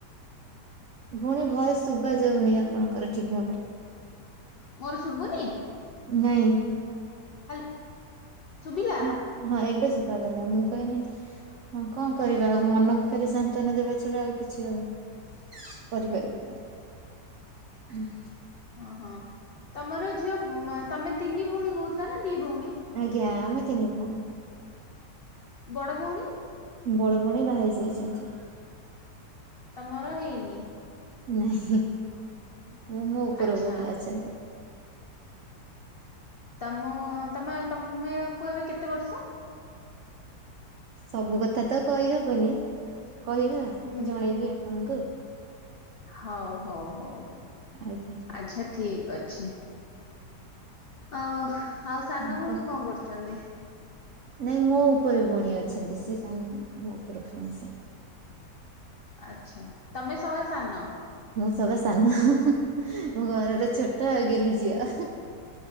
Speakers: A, on the right; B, on the left.
A: ଭୋଉଣୀ ଭଏସ ଶୁବାଯାଉନି ଆପଣଙ୍କର ଠିକ ଭାବରେ।
B: ମୋର ଶୁବୁନି।
A: ନାଇଁ।
B: ହାଲ୍। ଶୁଭିଲା
A: ହଁ ହଁ ଏବେ ଶୁଭାଗଲା ମୁଁ କହିନି ହଁ କଣ କରିବା ଆଉ ମନକୁ ଖାଲି ସନ୍ତନା ଦେବା ଛଡା ଆଉ କିଛି ଆଉ କରିପାରିବିନି ହୁଁ।
B: ଅହଁ ତମର ଝିଅ ଉଁମା ତମେ ତିନି ଭୋଉଣୀ କୋହୁଥିଲ ନା ଦି ଭଉଣୀ
A: ଆଜ୍ଞା ଆମେ ତିନି ଭୋଉଣୀ।
B: ବଡ ଭୋଉଣୀ
A: ବଡ ଭଉଣୀ ବାହାହେଇ ଯାଇଚନ୍ତି।
B: ତମର ହେଇନି
A: ନାଇଁ ମୁଁ ମୋ ଉପର
B: ଆଚ୍ଛା
A: ଭୋଉଣୀ ଅଛନ୍ତି।
B: ତମୋ ତମେ ତମେକୁ ଏବେ କେତେ ବର୍ଷ।
A: ସବୁ କଥା ତ କହିହବନି କହିବା
B: ହୁଁ ହୁଁ
A: ଜଣେଇବି ଆପଣଙ୍କୁ
B: ହଉ ହୋଉ ହୋଉ
A: ଆଜ୍ଞା
B: ଆଚ୍ଛା ଠିକ୍ ଅଛି ଆଉ ଆଉ ସାନ
A: ଆପଣ
B: ଭୋଉଣୀ କଣ କରୁଚନ୍ତି।
A: ନାଇଁ ମୋ ଉପରେ ଭୋଉଣୀ ଅଛନ୍ତି ସେ ସାନ ନୁହଁ ମୋ ଉପର ଭୋଉଣୀ ସେ
B: ଆଚ୍ଛା ତମେ ସଭା ସାନ
A: ସଭା ସାନ ମୁଁ ଘରର ଛୋଟ ଆଉ ଗେଲ୍ହି ଝିଅ।